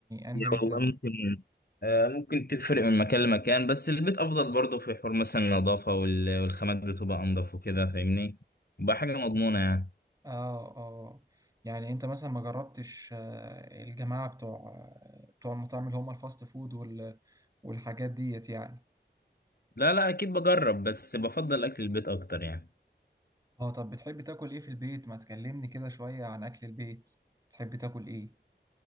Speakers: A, on the right; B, on the left.
A: انهي
B: يا
A: بيتزا
B: والله
A: بتحب
B: ممكن آه، ممكن تفرق من مكان لمكان بس البيت افضل برضه في حوار مثلا النظافه وال- والخامات بتبقى انضف وكده فاهمني بقى حاجه مضمونه يعني
A: اه اه يعني انت مثلا ما جربتش آه، الجماعه بتوع آه، بتوع المطاعم اللي هم الفاست فود وال والحاجات ديت يعني
B: لا لا اكيد بجرب بس بفضل اكل البيت اكتر يعني
A: اه طب بتحب تاكل ايه في البيت ما تكلمني كده شوية عن اكل البيت بتحب تاكل ايه